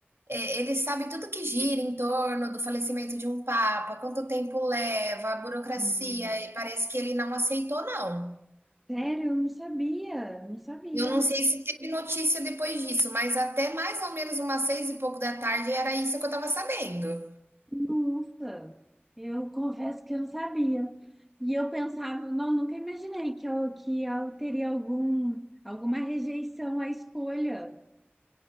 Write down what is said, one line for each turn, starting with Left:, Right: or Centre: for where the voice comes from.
Right: eh, ele sabe tudo que gira em torno do falecimento de um papa, quanto tempo leva, a burocracia,
Centre: Hum,
Right: e parece que ele não aceitou não.
Centre: Sério, eu não sabia. Não sabia.
Right: Eu não sei se teve notícia depois disso, mas até mais ou menos umas seis e pouco da tarde era isso que eu tava sabendo.
Centre: Nossa, eu confesso que eu não sabia. E eu pensava, não, nunca imaginei que eu, que eu teria algum, alguma rejeição à escolha.